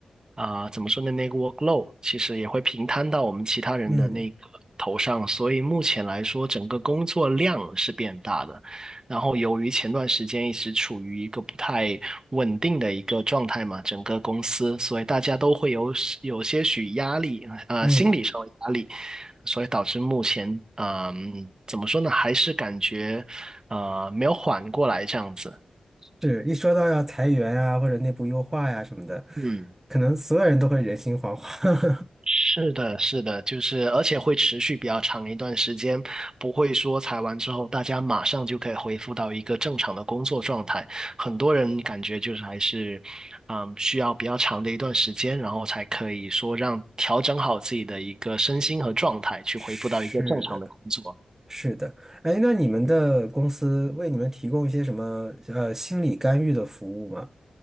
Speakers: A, on the right (about 35°); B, on the right (about 20°).
A: 啊、怎么说呢，那个 workload 其实也会平摊到我们其他人的那个头上，
B: 嗯
A: 所以目前来说，整个工作量是变大的。然后由于前段时间一直处于一个不太稳定的一个状态嘛，整个公司，所以大家都会有有些许压力，呃，
B: 嗯。
A: 心理上的压力，所以导致目前，嗯、怎么说呢，还是感觉呃没有缓过来这样子。
B: 是一说到要裁员啊，或者内部优化呀、什么的，
A: 嗯。
B: 可能所有人都会人心惶惶。
A: 是的，是的，就是而且会持续比较长一段时间，不会说裁完之后大家马上就可以恢复到一个正常的工作状态。很多人感觉就是还是，嗯，需要比较长的一段时间，然后才可以说让调整好自己的一个身心和状态，
B: <laughs>
A: 去恢复到一个正常的工作。
B: 是的，是的。哎，那你们的公司为你们提供一些什么呃心理干预的服务吗？